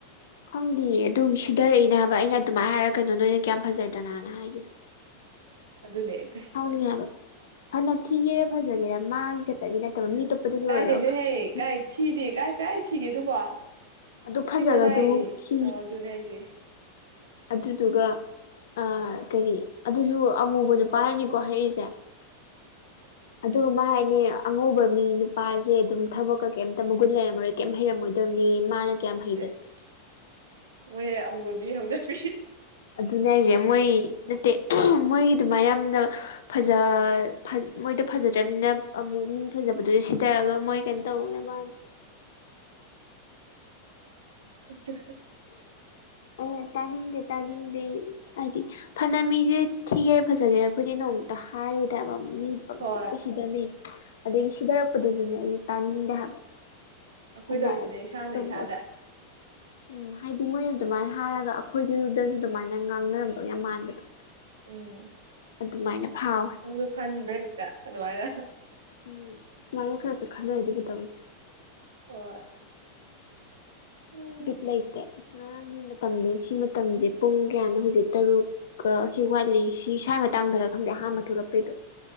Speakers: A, on the left; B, on the right.
A: ꯈꯪꯗꯤꯦ ꯑꯗꯨꯝ ꯁꯤꯙꯔꯛꯏꯅꯦ ꯍꯥꯏꯕ ꯑꯩꯅ ꯑꯗꯨꯃꯥꯏꯅ ꯍꯥꯏꯔꯒꯀꯅꯣ ꯅꯣꯏꯅ ꯀꯌꯥꯝ ꯐꯖꯗꯅꯅ ꯍꯥꯏꯒꯅ
B: ꯑꯗꯨꯅꯦ
A: ꯍꯥꯎꯅꯤꯡꯉꯦ ꯍꯥꯏꯕ ꯐꯅ ꯊꯤꯒꯦꯔꯥ ꯐꯖꯒꯦꯔꯥ ꯃꯥꯒꯤ ꯈꯛꯇꯒꯤ ꯅꯠꯇꯕ ꯃꯤ ꯑꯇꯣꯞꯄꯗꯁꯨ
B: ꯀꯥꯏꯗꯩꯅꯣꯍꯦ
A: ꯑꯣꯏꯔꯣ ꯍꯥꯏꯗꯤ
B: ꯀꯥꯏ ꯊꯤꯗꯦ ꯀꯥꯏ ꯀꯥꯏ ꯊꯤꯒꯦ ꯑꯗꯨꯕꯣ
A: ꯑꯗꯨ ꯐꯖꯕꯗꯨ
B: ꯊꯤꯕ ꯂꯥꯏ
A: ꯊꯤ
B: ꯑꯧ ꯑꯗꯨꯅꯦ ꯍꯥꯏꯁꯦ
A: ꯑꯗꯨꯗꯨꯒ ꯑ ꯀꯔꯤ ꯑꯗꯨꯁꯨ ꯑꯃꯉꯨꯕ ꯅꯨꯄꯥꯥꯏꯔꯅꯤꯀꯣ ꯍꯥꯏꯔꯛꯏꯁꯦ ꯑꯗꯨ ꯃꯥ ꯍꯥꯏꯅꯤ ꯑꯉꯧꯕ ꯃꯤ ꯅꯨꯄꯥꯁꯦ ꯑꯗꯨꯝ ꯊꯕꯛꯀ ꯀꯩꯝꯇ ꯃꯒꯨꯟ ꯂꯩꯔꯝꯃꯔꯣꯏ ꯀꯩꯝ ꯍꯩꯔꯝꯃꯣꯏꯗꯕꯅꯤ ꯃꯥꯅ ꯀꯌꯥꯝ ꯍꯩꯗ
B: ꯑꯦꯁ ꯃꯣꯏꯍꯦ ꯑꯃꯨꯕ ꯃꯤ ꯍꯧꯗꯄꯤ
A: ꯑꯗꯨꯅꯦ ꯑꯩꯁꯦ ꯃꯣꯏ ꯅꯠꯇꯦ ꯃꯣꯏꯒꯤ ꯑꯗꯨꯃꯥꯏꯅ ꯌꯥꯝꯅ ꯐꯖ ꯃꯣꯏꯗꯣ ꯐꯖꯗ꯭ꯔꯕꯅꯤꯅ ꯑꯃꯨꯛ ꯃꯤ ꯐꯖꯕꯗꯨꯗ ꯁꯤꯊꯔꯒ ꯃꯣꯏ ꯀꯩꯅꯣ ꯇꯧꯅꯕ
B: ꯎꯝ
A: ꯑꯣ ꯇꯥꯅꯤꯡꯗꯦ ꯇꯥꯅꯤꯡꯗꯦ ꯍꯥꯏꯗꯤ ꯐꯅ ꯃꯤꯁꯦ ꯊꯤꯒꯦꯔꯦ ꯐꯖꯒꯦꯔꯦ ꯑꯩꯈꯣꯏꯗꯤ ꯅꯣꯡꯃꯨꯇ ꯍꯥꯏꯔꯨꯗꯕ ꯃꯤ
B: ꯍꯣꯏ
A: ꯁꯤꯗ ꯁꯤꯗꯅꯦ ꯑꯗꯒꯤ ꯁꯤꯗꯔꯛꯄꯗꯨꯁꯨꯅꯦ ꯑꯩꯁ ꯇꯥꯅꯤꯡꯗꯦ ꯍꯥꯏꯕ
B: ꯑꯩꯈꯣꯏ
A: ꯐꯅ
B: ꯇꯧꯔꯤꯁꯤꯅꯦ ꯏꯁꯥꯅ
A: ꯇꯧꯕ
B: ꯏꯁꯥꯗ
A: ꯑꯣꯏꯔꯁꯨ <inaudible> ꯎꯝ ꯍꯥꯏꯗꯤ ꯃꯣꯏꯅ ꯑꯗꯨꯃꯥꯏꯅ ꯍꯥꯏꯔꯒ ꯑꯩꯈꯣꯏꯗꯨꯗꯁꯨ ꯑꯗꯨꯃꯥꯏꯅ ꯉꯥꯡꯅꯔꯝꯗꯧ ꯌꯥꯝ ꯃꯥꯟꯕꯗꯣ
B: ꯎꯝ
A: ꯑꯗꯨꯃꯥꯏꯅ ꯐꯥꯎꯋꯦ
B: ꯅꯪꯁꯨ ꯈꯟꯗ꯭ꯔ ꯍꯗ ꯑꯗꯨꯃꯥꯏꯅ
A: ꯎꯝ ꯁꯨꯃꯥꯏꯅ ꯈꯔ ꯈꯔ ꯈꯟꯅꯔꯗꯤꯕꯨꯇꯃ
B: ꯑꯣ ꯎꯝ
A: ꯕꯤꯠ ꯂꯩꯇꯦ ꯑꯁ ꯉꯔꯥꯡꯒꯤ ꯃꯇꯝ ꯁꯤ ꯃꯇꯝꯁꯦ ꯄꯨꯡ ꯀꯌꯥꯅꯣ ꯍꯧꯖꯤꯛ ꯇꯔꯨꯛ ꯁꯤ ꯋꯥꯠꯂꯤ ꯁꯤ ꯏꯁꯥꯒꯤ ꯃꯇꯥꯡꯗꯔ ꯈꯪꯗꯦ ꯑꯍꯥꯡꯥꯟꯕ ꯊꯣꯛꯂꯛꯄꯩꯗꯣ